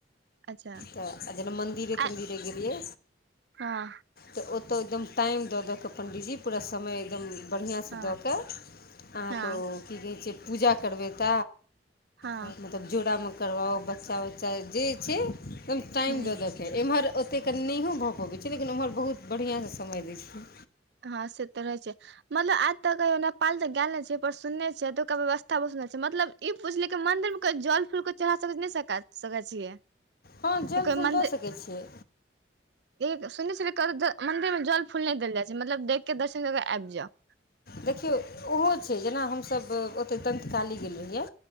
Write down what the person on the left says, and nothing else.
तऽ आ जेना मन्दिरे
तन्दिरे गेलियै
तऽ ओतय एकदम टाइम दऽ दऽ कऽ पण्डीजी पूरा समय एकदम बढ़िआँसँ
दऽ कऽ अहाँ
की पूजा करबै त
मतलब जोड़ामे करवाउ बच्चा उच्चा जे छै एकदम टाइम
दऽ देत एम्हर ओतेक कनी नहियओ भऽ पबै छै लेकिन ओम्हर बहुत बढ़िआँसँ समय दै छै
हँ जल
फूल
दऽ सकैत छियै
देखियौ ओहो छै जेना हमसभ ओतेक दन्तकाली गेल रहियै